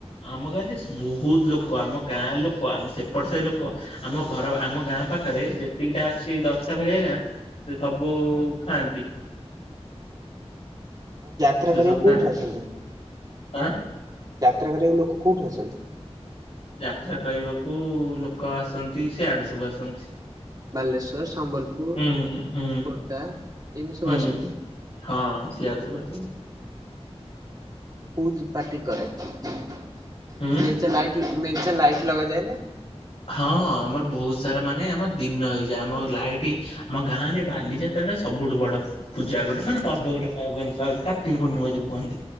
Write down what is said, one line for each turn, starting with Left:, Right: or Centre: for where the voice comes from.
Left: ଆମ ଗାଁରେ ବହୁତ୍ ଲୋକ ଆମ ଗାଁ ଲୋକ ଆମ ସେପଟ ସାହି ଲୋକ ଆମ ଘର ଆମ ଗାଁ। ଗାଁ ପାଖରେ ଯେତିକିଟା ଅଛି ଦଶଟା ଭଳିଆ ଗାଁ ସେ ସବୁ ଖାଆନ୍ତି।
Right: ଯାତ୍ରା
Left: ସେ
Right: କରିବାକୁ
Left: ସବୁ
Right: କୋଉଠୁ
Left: ଖାଆନ୍ତି
Right: ଆସନ୍ତି
Left: ଆଁ
Right: ଯାତ୍ରା କରିବାକୁ ଲୋକ? କୋଉଠୁ ଆସନ୍ତି?
Left: ଯାତ୍ରା କରିବାକୁ ଲୋକ ଆସନ୍ତି ସିଆଡୁ଼ ସବୁ ଆସନ୍ତି।
Right: ବାଲେଶ୍ଵର, ସମ୍ବଲପୁର,
Left: ହୁଁ ହୁଁ ହୁଁ
Right: ଖୋର୍ଦ୍ଧା ଏମିତି ସବୁ
Left: ହୁଁ
Right: ଆସନ୍ତି।
Left: ହଁ ସିଆଡୁ ସବୁ ଆସନ୍ତି।
Right: କୋଉ ପାର୍ଟି କରେ <unintelligible>
Left: ହୁଁ।
Right: ଲାଇଟ୍ ମେଞ୍ଚେ ଲାଇଟ୍ ଲଗାଯାଏନି।
Left: ହଁ ଆମର ବହୁତ୍ ସାରା ମାନେ ଆମ ଦିନ ହେଇଯାଏ ଆମ ଲାଇଟ୍ ଆମ ଗାଁ ରେ ବାଲିଯାତ୍ରା ସେଟା ସବୁଠୁ ବଡ଼ ପୂଜା ଗୋଟେ ମାନେ ପର୍ବ ଗୋଟେ କଣ କୁହନ୍ତି କାର୍ତ୍ତିକ ପୂର୍ଣ୍ଣିମା ଯୋଉ କୁହନ୍ତି।